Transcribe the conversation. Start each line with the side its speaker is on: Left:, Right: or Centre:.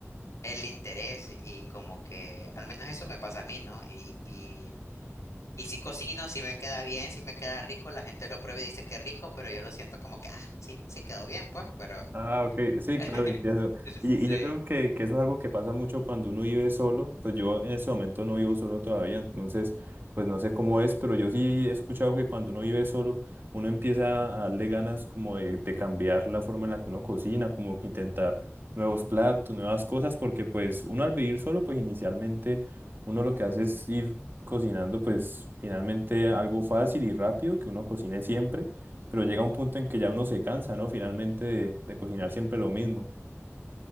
Left: el interés y como que al menos eso me pasa a mí, ¿no? Y, y, y si cocino, si me queda bien, si me queda rico, la gente lo prueba y dice que rico, pero yo lo siento como que, ah, sí, sí quedó bien, pues, pero...
Right: Ah, ok, sí,
Left: <laughs>
Right: claro, entiendo.
Left: Sí.
Right: Y, y yo creo que, que eso es algo que pasa mucho cuando uno vive solo. Pues yo en ese momento no vivo solo todavía, entonces, pues no sé cómo es, pero yo sí he escuchado que cuando uno vive solo, uno empieza a darle ganas como de, de cambiar la forma en la que uno cocina, como que intentar nuevos platos, nuevas cosas, porque pues uno al vivir solo, pues inicialmente uno lo que hace es ir cocinando, pues finalmente algo fácil y rápido que uno cocine siempre pero llega un punto en que ya uno se cansa, ¿no? Finalmente de, de cocinar siempre lo mismo.